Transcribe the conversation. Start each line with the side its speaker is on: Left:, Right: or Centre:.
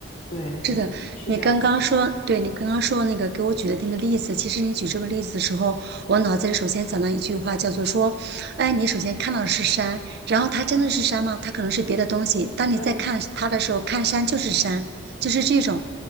Left: 对对对对对，
Right: 是的，
Left: 是这样子的。
Right: 你刚刚说，对你刚刚说那个给我举的那个例子，其实你举这个例子的时候，我脑子里首先想到一句话，叫做说，哎，你首先看到的是山，然后它真的是山吗？它可能是别的东西。当你在看它的时候，
Left: 对
Right: 看山就是山，就是这种，